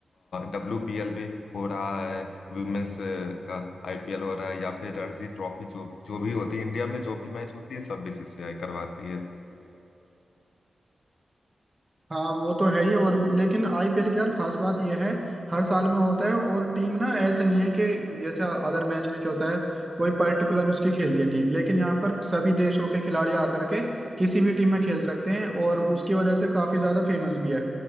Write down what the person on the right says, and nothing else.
हाँ वो तो है ही और लेकिन आईपीएल की यार खास बात यह है हर साल में होता है और टीम ना ऐसे नहीं है कि जैसे अदर मैच में क्या होता है कोई पर्टिकुलर उसकी खेलती है टीम लेकिन यहाँ पर सभी देशों के खिलाड़ी आकर के किसी भी टीम में खेल सकते हैं और उसकी वजह से काफी ज्यादा फेमस भी है